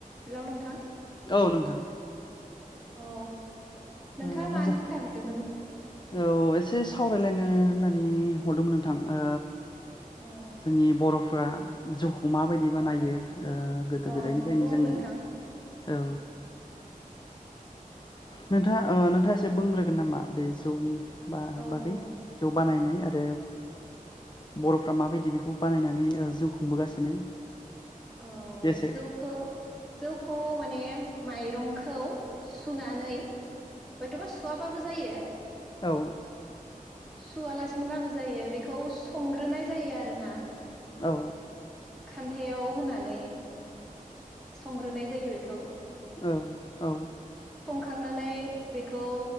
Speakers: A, in the centre; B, on the left.
A: Hello नोंथां
B: औ नोंथां
A: औ नोंथाङा
B: ओ मोजां
A: मानि थाखाय हरदोंमोन?
B: औ एसे सावरायलायनो होननानै हरदोंमोन नोंथां ओ
A: औ
B: जोंनि बर फ्रा जौखौ मा बायदि बानायो ओ गोदो
A: औ
B: गोदायनिफ्रायनो
A: बुं
B: जों
A: नोंथां
B: औ नोंथाङा ओ नोंथाङा एसे बुंग्रोगोन नामा बे जौनि? बा
A: औ
B: बागै
A: बुं
B: जौ बानायनाय आरो बरफ्रा माबायदि बेखौ बानायनानै ओ जिउ खुंबोगासिनो
A: औ
B: एसे
A: जौखौ जौ खौ माने माइरंखौ सुनानै हयथबा सुवाबाबो जायो
B: औ
A: सुवालासिनोब्ला बो जायो बेखौ संग्रोनाय जायो आरोना
B: औ
A: खानथायाव होनानै संग्रोनाय जायो बेखौ
B: औ औ
A: खांनानै बेखौ